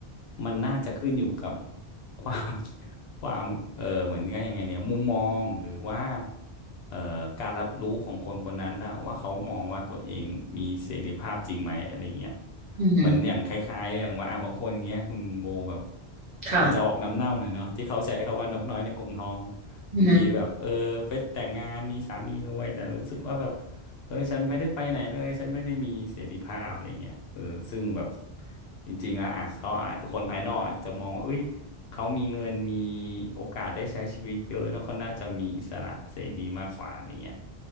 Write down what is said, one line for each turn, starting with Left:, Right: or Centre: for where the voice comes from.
Left: มันน่าจะขึ้นอยู่กับ ความ <laughs> ความเออเหมือนกันยังไงเนี่ยมุมมองหรือว่าเอ่อการรับรู้ของคนคนนั้นนะว่าเขามองว่าตัวเองมีเสรีภาพจริงไหมอะไรเงี้ย
Right: อืม
Left: เหมือนอย่างคล้ายๆอย่างว่าอ่ะบางคนเงี้ยคุณโบแบบ
Right: ค่ะ
Left: อาจจะออกน้ำเน่าหน่อยเนาะที่เขาใช้คำว่านกน้อยในกรงทองเนอะบางทีแบบเออไปแต่งงานมีสามีรวยแต่รู้สึกว่าแบบ
Right: อืม
Left: เออฉันไม่ได้ไปไหนเลยฉันไม่ได้มีเสรีภาพอะไรเงี้ยเออซึ่งแบบจริงๆแล้วอ่ะเขาอาจจะคนภายนอกอาจจะมองว่าเอ้ย เขามีเงินมีโอกาสได้ใช้ชีวิตเยอะแล้วเขาน่าจะมีอิสระเสรีมากกว่าอะไรเงี้ย